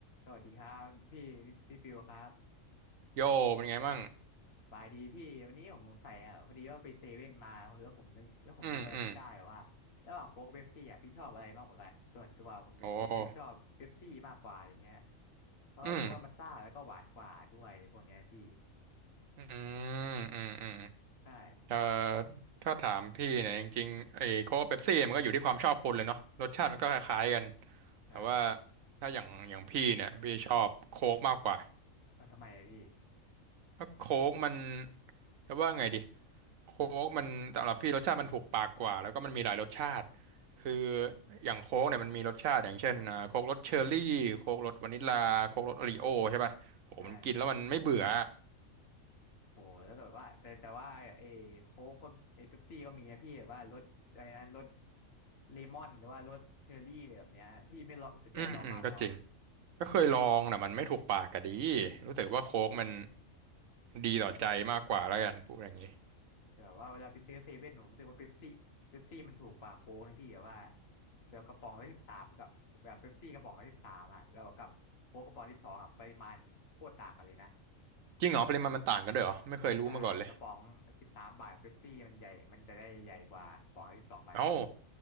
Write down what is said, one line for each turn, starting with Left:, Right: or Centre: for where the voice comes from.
Left: สวัสดีครับพี่พี่ฟิวครับ
Right: โยเป็นไงบ้าง
Left: บายดีพี่วันนี้ผมสงสัยอ่ะพอดีว่าไปเซเว่นมาแล้วผมนึกแล้วผมนึกอะไรขึ้นได้ว่าระหว่างโค้กกับเป๊ปซี่อ่ะพี่ชอบอะไรมากกว่ากันส่วนตัวผมรู้สึกชอบเป๊ปซี่มากกว่าอะไรเงี้ย
Right: อืมอืมโอ้
Left: เพราะรู้สึกว่ามันซ่าแล้วก็หวานกว่าด้วยพวกเนี้ยพี่
Right: อืมอืมอืมอืม
Left: ใช่
Right: เอ่อถ้าถามพี่เนี่ยจริงๆไอ้โค้กเป๊ปซี่มันก็อยู่ที่ความชอบคนเลยเนาะรสชาติมันก็คล้ายๆกัน
Left: ใช่
Right: แต่ว่าถ้าอย่างอย่างพี่เนี่ยพี่ชอบโค้กมากกว่า
Left: เอ้าทำไมอะพี่
Right: เพราะโค้กมันจะว่าไงดีโค้กมันสำหรับพี่รสชาติมันถูกปากกว่าแล้วก็มันมีหลายรสชาติคืออย่างโค้กเนี่ยมันมีรสชาติอย่างเช่นอ่าโค้กรสเชอร์รี่โค้กรสวานิลลาโค้กรสโอรีโอใช่ป่ะโหมันกินแล้วมันไม่เบื่อ
Left: ใช่โหแล้วแบบว่าแต่แต่ว่าเอโค้กก็เอเป๊ปซี่ก็มีนะพี่แบบว่ารสอะไรนะรสเลมอนหรือว่ารสเชอร์รี่อะไรแบบเนี้ยพี่ไม่ลองสนใจลองบ้างเหรอ
Right: อืมอืมก็จริงก็เคยลองแต่มันไม่ถูกปากกะดีรู้สึกว่าโค้กมันดีต่อใจมากกว่าแล้วกันพูดอย่างนี้
Left: แต่แบบว่าเวลาไปซื้อเซเว่นผมรู้สึกว่าเป๊ปซี่เป๊ปซี่มันถูกกว่าโค้กนะพี่แบบว่าแบบกระป๋องละสิบสามกับแบบเป๊ปซี่กระป๋องละสิบสามอ่ะแล้วกับโค้กกระป๋องสิบสองอ่ะปริมาณโคตรต่างกันเลยนะ
Right: จริงเหรอปริมาณมันต่างกันด้วยเหรอไม่เคยรู้มาก่อนเลย
Left: ใช่กระป๋องสิบสามบาทของเป๊ปซี่มันใหญ่มันจะได้ใหญ่กว่ากระป๋องละสิบสองบาทของโค้ก
Right: เอ้า